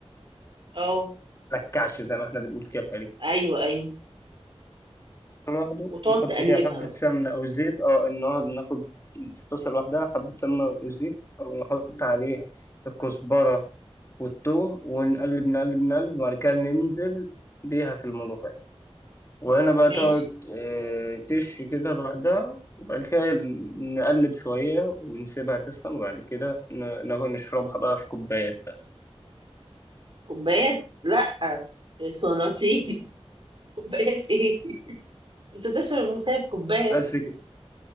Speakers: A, on the right; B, on the left.
A: اه
B: تلكعش زي ما احنا بنقول كده تقريبا
A: ايوه ايوه
B: لوحده
A: وتقعد
B: نحط
A: تقلبها
B: فيها حبه
A: بقى
B: سمنه او زيت اه نقعد ناخد في طاسه لوحدها حبه سمنه او زيت ونحط عليها الكزبره والثوم ونقلب نقلب نقلب وبعد كده ننزل بيها في الملوخيه وهنا بقى
A: ماشي
B: تقعد آه، تشي كده لوحدها وبعد كده نقلب شوية ونسيبها تسخن وبعد كده ن- ناخد نشربها بقى في كوباية بس
A: كوبايات لا في سلاطين <laughs> كوبايات ايه انت تشرب الملوخيه في كوبايه
B: بس كده